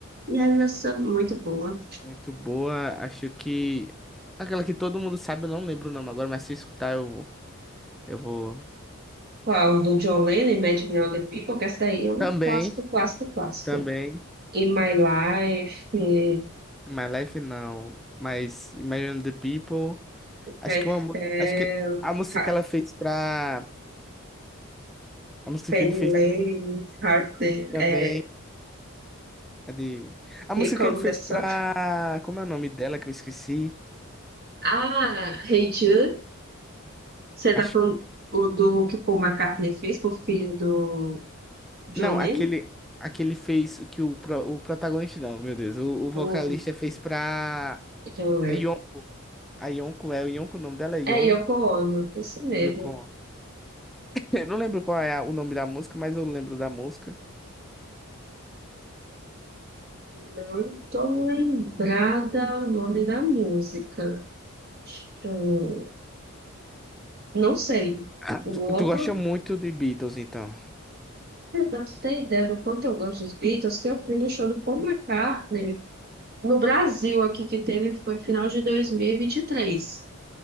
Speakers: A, on the right; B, in the centre.
A: E ela é muito boa.
B: muito boa. Acho que. Aquela que todo mundo sabe, eu não lembro o nome agora, mas se eu escutar, eu, eu vou.
A: Qual? Do John Lennon, Imagine All the People, que essa daí é um
B: Também,
A: clássico, clássico, clássico.
B: também.
A: In My Life, eh,
B: My Life não. Mas Imagine the People. Acho
A: I
B: que uma. mu-
A: Fell,
B: Acho que a música
A: Ha-
B: que ela fez pra. A música
A: Penny
B: que ele fez.
A: Lane, Heart,
B: Também.
A: é,
B: Cadê? A
A: Here
B: música
A: Comes
B: que ele fez
A: the Sun.
B: pra. Como é o nome dela que eu esqueci?
A: Ah, Hey Jude, você
B: Acho
A: tá falando
B: que.
A: o do que o Paul McCartney fez pro filho do John
B: Não,
A: Lennon?
B: aquele. Aquele fez o que o, pro- o protagonista, não, meu Deus. O, o vocalista
A: O
B: fez pra.
A: John Lennon.
B: A Yon... a Yonko, é o Yonko, o nome dela é Yon...
A: É Yoko Ono, isso mesmo.
B: Yoko. <laughs> Eu não lembro qual é a- o nome da música, mas eu lembro da música. <laughs>
A: Não tô lembrada o nome da música. Deixa eu Não sei.
B: Ah,
A: O
B: tu,
A: Orban,
B: tu gosta muito de Beatles, então.
A: pra você ter ideia do quanto eu gosto dos Beatles, eu fui no show do Paul McCartney no Brasil, aqui que teve foi final de 2023.